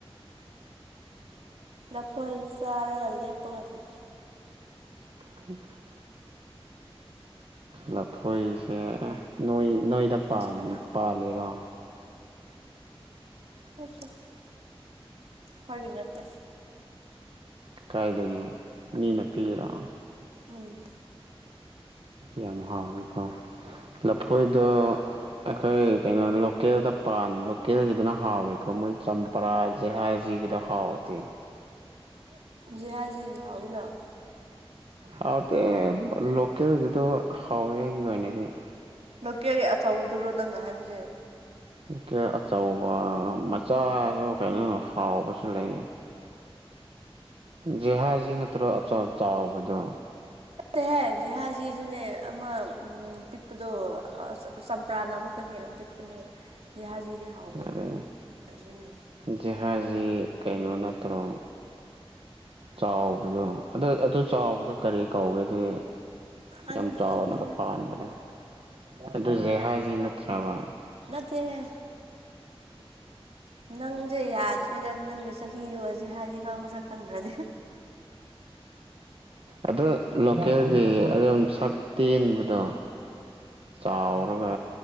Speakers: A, on the right (about 80°); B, on the right (about 65°).
A: ꯂꯐꯣꯏ ꯆꯥꯔꯒ ꯂꯦꯞꯄꯒ ꯂꯩ
B: <unintelligible> ꯂꯐꯣꯏꯁꯦ ꯅꯣꯏ ꯅ‌ꯣꯏꯗ ꯄꯥꯟ
A: ꯁꯣꯏꯔꯦ
B: ꯄꯥꯜꯂꯤꯔꯣ
A: ꯅꯠꯇꯦ ꯈꯣꯏꯒꯤ ꯅꯠꯇꯦ
B: ꯀꯥꯏꯗꯩꯅ‌ꯣ ꯃꯤꯅ ꯄꯤꯔꯣ
A: ꯎꯝ
B: ꯌꯥꯝ ꯍꯥꯎꯋꯤꯀꯣ ꯂꯐꯣꯏꯗ ꯑꯈꯣꯏ ꯀꯩꯅꯣ ꯂꯣꯀꯦꯜꯗ ꯄꯥꯟ ꯂꯣꯀꯦꯜꯒꯤꯗꯨꯅ ꯍꯥꯎꯋꯤꯀꯣ ꯃꯣꯏ ꯆꯝ ꯄꯥꯥꯔꯥ ꯖꯍꯥꯖꯤꯒꯤꯗꯣ ꯍꯥꯎꯇꯦ
A: ꯖꯍꯥꯖꯤꯒꯤ ꯍꯥꯎꯋꯤꯅ
B: ꯍꯥꯎꯇꯦ ꯂꯣꯀꯦꯜꯒꯤꯗꯣ ꯍꯥꯎꯋꯦ ꯑꯩꯒꯤ ꯑꯣꯏꯅꯗꯤ
A: ꯂꯣꯀꯦꯜ ꯒꯤ ꯑꯆꯧꯕꯗꯨꯔꯣ ꯅꯪꯅ ꯍꯥꯏꯕꯖ‌ꯦ
B: ꯂꯣꯀꯦꯜ ꯑꯆꯧꯕ ꯃꯆꯥꯖꯨ ꯀꯩꯅꯣ ꯍꯥꯎꯕꯁꯨ ꯂꯩ ꯖꯤꯍꯥꯖꯤ ꯅꯠꯇ꯭ꯔꯣ ꯑꯆꯥ ꯆꯥꯎꯕꯗꯣ
A: ꯍꯦ ꯖꯍꯥꯖꯤꯖꯨꯅ‌ꯦ ꯑꯃꯥ ꯎꯝ ꯄꯤꯛ ꯄꯗꯣ ꯆꯝꯄ꯭ꯔꯥꯅ ꯑꯃꯨꯛꯀ ꯍꯦꯟꯅ ꯄꯤꯛꯄꯅꯦ ꯖꯤꯍꯥꯖꯤꯗꯤ ꯍꯥꯎꯕꯅꯤ
B: ꯑꯗꯩ
A: ꯍ‌ꯦ ꯀꯩꯅꯣꯅꯦ
B: ꯖꯤꯍꯥꯖꯤ ꯀꯩꯅꯣ ꯅꯠꯇ꯭ꯔꯣ ꯆꯥꯎꯕꯗꯣ ꯑꯗꯨ ꯑꯗꯨ ꯆꯥꯎꯕꯗꯣ ꯀꯔꯤ ꯀꯧꯒꯦ ꯗꯤ
A: ꯑꯗꯨꯗꯤ
B: ꯌꯥꯝ ꯆꯥꯎꯅꯒ
A: ꯈꯪꯗꯦ
B: ꯄꯥꯟꯕꯗꯣ ꯑꯗꯨ ꯖꯤꯍꯥꯖꯤ ꯅꯠꯇ꯭ꯔꯕ
A: ꯅꯠꯇꯦꯍꯦ ꯅꯪꯁꯦ ꯌꯥꯗ꯭ꯔꯦꯗ ꯅꯪꯒꯤ ꯆꯍꯤꯗꯨꯒ ꯖꯤꯍꯥꯖꯤ ꯐꯥꯎ ꯃꯁꯛ ꯈꯪꯗ꯭ꯔꯗꯤ
B: ꯑꯗꯨ ꯂꯣꯀꯦꯜꯒꯤ ꯑꯗꯨꯝ ꯁꯛ ꯇꯦꯟꯕꯗꯣ ꯆꯥꯎꯔꯒ